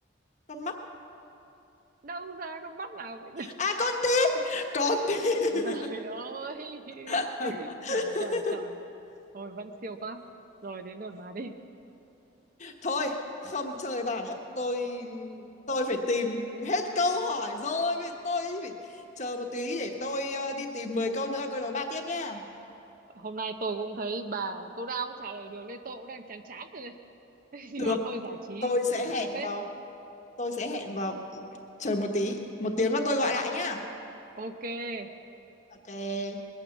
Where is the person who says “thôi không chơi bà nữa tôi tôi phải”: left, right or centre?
Left